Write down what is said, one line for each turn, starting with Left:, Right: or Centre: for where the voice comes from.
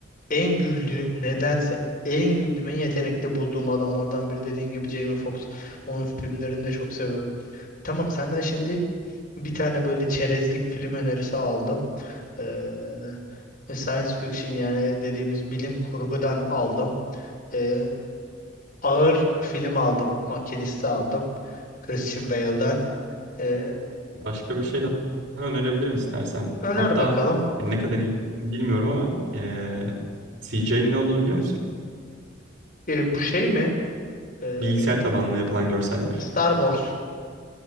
Left: en güldüğüm nedense en güldüğüm en yetenekli bulduğum adamlardan biri dediğin gibi Jamie Foxx. Onun filmlerini de çok seviyorum. Tamam senden şimdi bir tane böyle çerezlik film önerisi aldım. Ee, science fiction yani dediğimiz bilim kurgudan aldım. Ee, ağır film aldım. Makinist'i aldım. Christian Bale'dan. Ee,
Right: Başka bir şey daha önerebilirim istersen.
Left: öner
Right: Hatta
Left: bakalım.
Right: hani ne kadar iyi bilmiyorum ama eee CGI'nin ne olduğunu biliyor musun?
Left: Ee, bu şey mi? Ee,
Right: Bilgisayar tabanlı yapılan görseller.
Left: Star Wars.